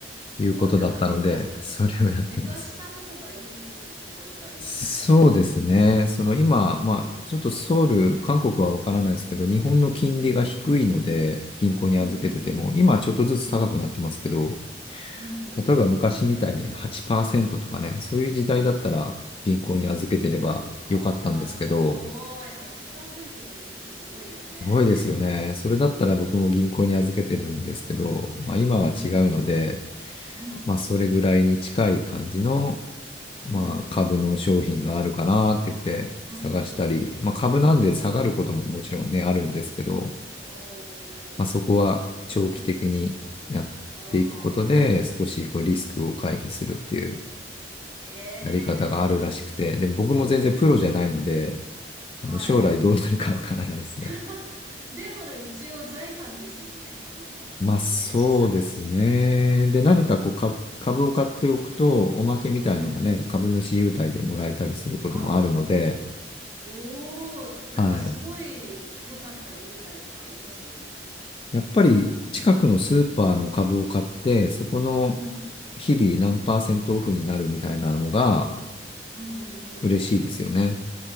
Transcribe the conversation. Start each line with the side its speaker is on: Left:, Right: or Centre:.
Left: いうことだったので、
Right: あ、なんか寝かし、
Left: それをやってます。
Right: 寝かした方がいいって聞いたことあります。
Left: そうですね。その今、
Right: うん。
Left: まあ、ちょっとソウル、韓国はわからないですけど、日本の金利が低いので、銀行に預けてても、
Right: うんうん
Left: 今はちょっとずつ高くなってますけど、
Right: うん。うん。うんうん。
Left: 例えば昔みたいに8%とかね、そういう時代だったら銀行に預けてればよかったんですけど、
Right: ああ、すごい。8%って聞くとすごいですね。
Left: すごいですよね。それだったら僕も銀行に預けてるんですけど、まあ今は違うので、
Right: うんうん。うん。
Left: まあ、それぐらいに近い感じの、まあ、
Right: うん。
Left: 株の商品があるかなって言って探したり、
Right: うんうん。
Left: まあ、株なんで下がることももちろんね、あるんですけど、
Right: おお、
Left: まあ、そこは長期的にやっていくことで、
Right: そうなんですね。ああ、
Left: 少しこうリスクを回避するっていう
Right: へえ。
Left: やり方があるらしくて、で、僕も全然プロじゃないので、
Right: うん。はい。
Left: あの、将来どうなるかわからないですね。
Right: <laughs> でも一応財産ですもんね、株も。
Left: まあ、そうですね。
Right: ね、資産だし。
Left: で、何かこう、か株を買っておくと、おまけみたいのがね、
Right: うんうん。
Left: 株主優待でもらえたりすることもあるので、
Right: あ、おお、なんかすごい良かった優待とかあります
Left: はい。やっぱり近くのスーパーの株を買って、そこの
Right: うん。
Left: 日々何パーセントオフになるみたいなのが
Right: うんうん
Left: 嬉しいですよね。